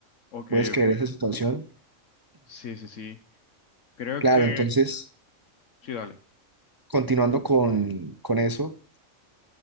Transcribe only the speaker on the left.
Ok,
ok.
Sí, sí, sí. Creo
que,
sí, dale.